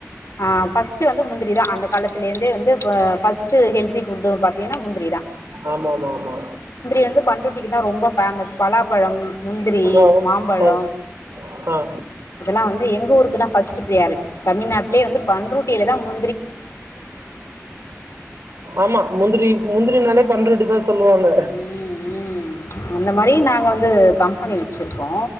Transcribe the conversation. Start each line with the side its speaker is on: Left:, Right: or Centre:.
Left: ஆ பஸ்டு வந்து முந்திரி தா அந்த காலத்லே இருந்தே வந்து ஃபஸ்டு ஹெல்தி ஃபுட் பாத்தீங்கனா முந்திரி தா
Right: ஆமா ஆமா ஆமா
Left: வந்து பன் ரொட்டிக்கு தா ரொம்ப பேமஸ் பலாப்பழம், முந்திரி,
Right: ஓ
Left: மாம்பழோ
Right: ஆ ஆ
Left: இதெல்லா வந்து எங்க ஊருக்கு தா பஸ்டு பிரியாரிட்டி தமிழ்நாட்டிலே வந்து பண்ருட்டில தா மு
Right: ஆமா முந்திரி முந்திரி நாலே பண்ருட்டி தா சொல்லுவாங்க
Left: ம் அந்த மாரி மாரி நாங்க வந்து கம்பெனி வ வெச்சிருக்கோ